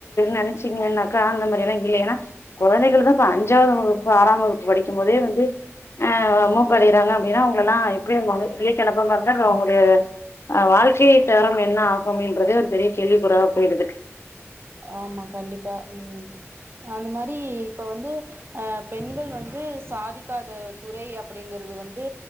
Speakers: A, on the left; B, on the right.
A: நினைச்சீங்கன்னாக்கா அந்த மாரி எல்லா இல்லனா கொழந்தைகள்தா இப்ப அஞ்சாவது வகுப்பு ஆறாம் வகுப்பு படிக்கும்போதே வந்து ஆஹ் மூப் அடயறாங்க அப்படின்னா அவங்கெல்லா எப்படி <unintelligible> கிளப்ப மா இருந்தா அது அவுங்களுக்கு அஹ் வாழ்க்கை தரம் என்ன ஆகும் என்றதே ஒரு பெரிய கேள்விக்கூறா போயிடுது
B: ஆமா கண்டிப்பா ம் அந்த மாரி இப்போ வந்து ஆஹ் பெண்கள் வந்து சாதிக் காத துறை அப்டிங்ற இதுது வந்து